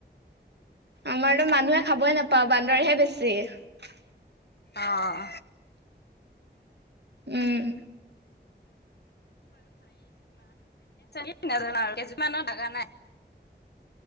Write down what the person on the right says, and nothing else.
আমাৰতো মানুহে খাবই নাপাওঁ বান্দৰেহে বেছি
উম